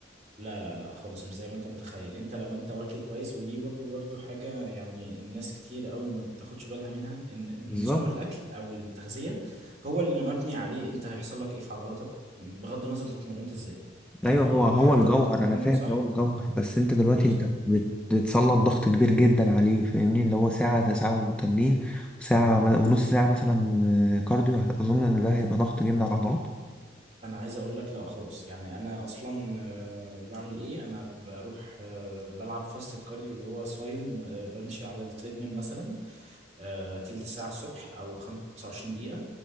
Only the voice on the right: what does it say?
لا لا لا خالص مش زي ما أنت متخيل أنت لو أنت واكل كويس ودي برضو برضو حاجة يعني الناس كتير قوي ما بتاخدش بالها منها إن
نظام الأكل أو التغذية هو اللي مبني عليه أنت هيحصل لك إيه في عضلاتك بغض النظر أنت اتمرنت إزاي يعني
أو حتى
لو أنت بتتمرن
صح
بالظبط
انا عايز اقول لك لا خالص يعني انا اصلا آه، بعمل ايه انا بروح آه، بلعب فاست كارديو اللي هو صايم آه، بمشي على التريدميل مثلا آه، تلت ساعة الصبح او 25 دقيقة